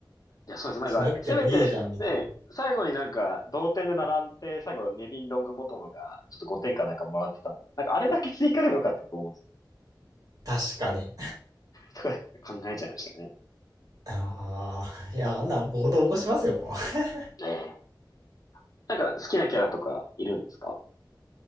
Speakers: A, on the left; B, on the right.
A: いや、そうです。なんか、
B: しなくてもいいじゃん、
A: せめて、
B: みたい
A: ね、最後になんか、同点で並んで、最後、ネビン・ロングボトムが、ちょっと5点かなんかもらってたんで、なんか、あれだけ追加でもよかったと思うんですけど、
B: な。確かに。
A: だから考えちゃいましたね。
B: ああ、いや、あんなん暴動起こしますよ、もう。<laughs>
A: ねえなんか、好きなキャラとかいるんですか